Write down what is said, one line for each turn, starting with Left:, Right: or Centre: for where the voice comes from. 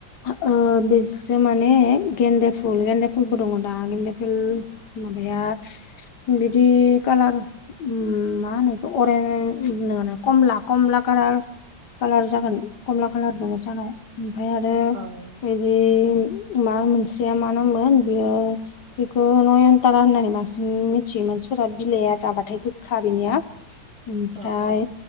Left: ओ बिजों माने गेन्दे फुल गेन्दे फुलबो दङ। बा गेनदा फुल माबाया बिदि कालार मा होनो बेखो अरेनस नडा नडा कमला कालार जागोन। खालार दङ सानाव ओमफ्राय आरो
Right: औ
Left: ओम बे मा मोनसेया मा नामोन बेयो हो बेखौ नयनतारा होननानै बांसिन मिथियो। मानसिफोरा बिलाइआ जाबाथाय गोखा बिनिया ओमफ्राय
Right: ओ ओ औ